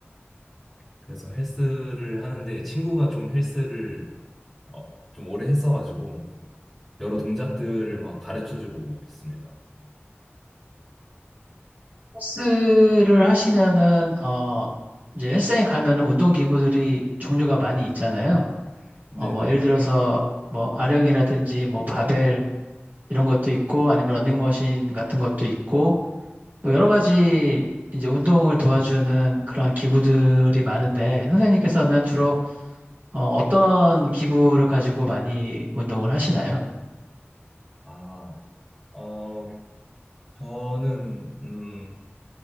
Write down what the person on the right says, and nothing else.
헬스를 하시면은 어, 이제 헬스장에 가면은 운동 기구들이 종류가 많이 있잖아요.
어, 뭐 예를 들어서 뭐 아령이라든지 뭐 바벨 이런 것도 있고 아니면 러닝머신 같은 것도 있고 뭐
여러 가지 이제 운동을 도와주는 그런 기구들이 많은데 선생님께서는 주로
어, 떤 기구를 가지고 많이 운동을 하시나요?